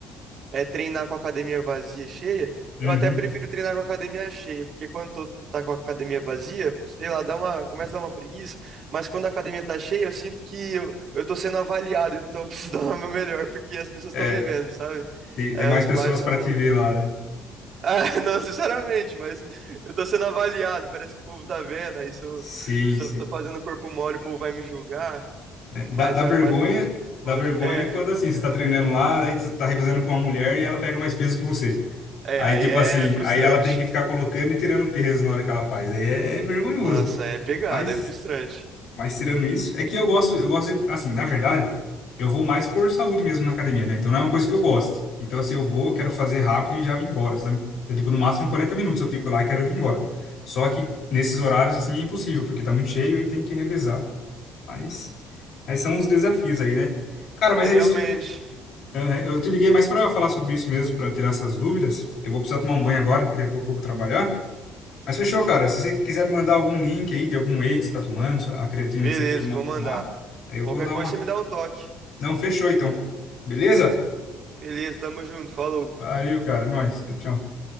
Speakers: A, on the right; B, on the left.
A: É treinar com a academia vazia e cheia.
B: Uhum.
A: Eu até prefiro treinar com a academia cheia, porque quando tu tá com a academia vazia, sei lá, dá uma, começa a dar uma preguiça, mas quando a academia tá cheia, eu sinto que eu, eu tô sendo avaliado, então eu preciso <laughs> dar o meu melhor, porque as pessoas
B: É,
A: estão me vendo, sabe?
B: tem,
A: É
B: tem mais
A: mais
B: pessoas para
A: um.
B: te ver
A: <laughs>
B: lá, né?
A: Ah, não, sinceramente, mas eu tô sendo avaliado, parece que o povo tá vendo, aí se eu,
B: Sim,
A: se
B: sim.
A: eu tô fazendo corpo mole, o povo vai me julgar,
B: Né? Dá,
A: mas
B: dá vergonha,
A: é mais um lance psicológico.
B: dá vergonha
A: É,
B: quando assim, você tá treinando lá, aí você tá revezando com uma mulher e ela pega mais peso que você.
A: é,
B: Aí,
A: aí
B: tipo
A: é
B: assim,
A: frustrante.
B: aí ela tem que ficar colocando e tirando peso na hora que ela faz. Aí é, é vergonhoso.
A: Nossa, é pegada,
B: Mas
A: é frustrante.
B: Mas tirando isso, é que eu gosto, eu gosto, de- assim, na verdade, eu vou mais por saúde mesmo na academia, né? Então não é uma coisa que eu gosto. Então, assim, eu vou, quero fazer rápido e já vim embora, sabe? Então, tipo, no máximo 40 minutos eu fico lá e quero vir embora. Só que nesses horários, assim, é impossível, porque tá muito cheio e tem que revezar. Mas, mas são os desafios
A: É,
B: aí, né? Cara, mas
A: É, realmente.
B: é isso. Te- Aham, Eu te liguei mais pra falar sobre isso mesmo, pra tirar essas dúvidas. Eu vou precisar tomar um banho agora, que daqui a pouco eu vou trabalhar. Mas fechou, cara. Se você quiser me mandar algum link aí de algum whey que você tá tomando, a creatina
A: Beleza,
B: que você costuma
A: vou mandar.
B: tomar, aí eu
A: Qualquer
B: vou dar
A: coisa
B: uma.
A: você me dá um toque.
B: Não, fechou então. Beleza?
A: Beleza, tamo junto, falou.
B: Valeu, cara. Nós. Tchau. tchau.